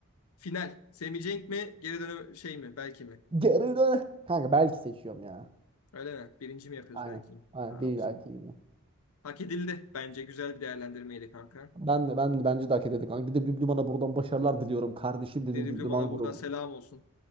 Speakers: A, on the left (about 80°); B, on the right (about 25°).
A: Final. Semih Cenk mi? Geri dönem şey mi? Belki mi?
B: Geri dön. Kanka belki seçiyorum ya.
A: Öyle mi? Birinci mi yapıyoruz
B: Aynen.
A: belki?
B: Aynen
A: Tamam
B: bir
A: o zaman.
B: belki bilmiyorum.
A: Hak edildi bence. Güzel bir değerlendirmeydi kanka.
B: Ben de ben de bence de hak ederdi kanka. Dede Blübluman'a buradan başarılar diliyorum kardeşim Dede
A: Dedi
B: Blübluman
A: Blum'a
B: grubu.
A: buradan selam olsun.